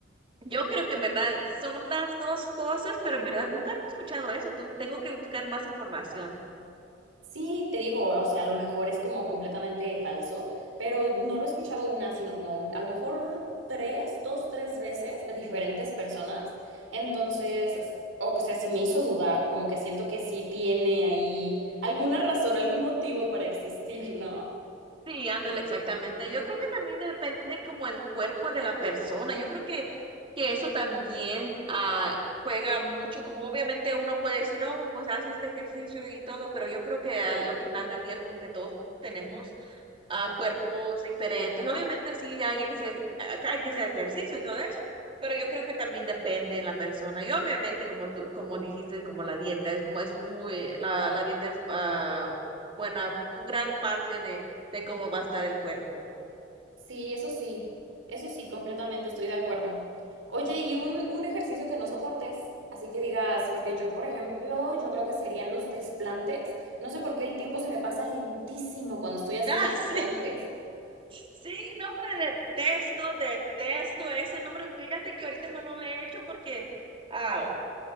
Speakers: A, on the right (about 30°); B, on the right (about 85°).
A: yo creo que en verdad son las dos cosas, pero en verdad nunca había escuchado eso. Tú, tengo que buscar más información.
B: Sí, te digo, o sea, a lo mejor es como completamente falso, pero no lo he escuchado una, sino como un- a lo mejor tres, dos, tres veces de diferentes personas. Entonces, s- o sea, sí me hizo dudar, como que siento que sí tiene ahí alguna razón, algún motivo para existir, ¿no?
A: Sí, ándale, exactamente. Yo creo que también depende como el cuerpo de la persona. Yo creo que, que eso también ah, juega mucho, como obviamente uno puede decir, oh, pues haces este ejercicio y todo, pero yo creo que al final del día como que todos tenemos ah, cuerpos diferentes. Obviamente sí hay que hacer, hay que hacer ejercicio y todo eso, pero yo creo que también depende en la persona. Y obviamente como tú, como dijiste, como la dieta es, mu- es muy, la, la dieta es ah, buena, un gran parte de de cómo va a estar el cuerpo. <laughs>
B: Sí, eso sí, eso sí, completamente estoy de acuerdo. Oye, y un, un ejercicio que no soportes, así que digas, porque yo, por ejemplo, yo creo que serían los desplantes. No sé por qué el tiempo se me pasa lentísimo cuando estoy haciendo
A: Ah, sí,
B: desplantes.
A: sí, nombre, detesto, detesto ese nombre. Fíjate que ahorita no lo he hecho porque ah,